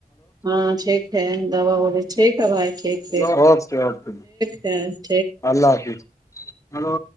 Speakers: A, on the right; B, on the left.
A: ہاں ٹھیک ہے دوا وغیر ٹھیک ہے بھائی ٹھیک ہےھیک
B: اوکے اوکے
A: ٹھیک ہے
B: اللہ حافظ ہلو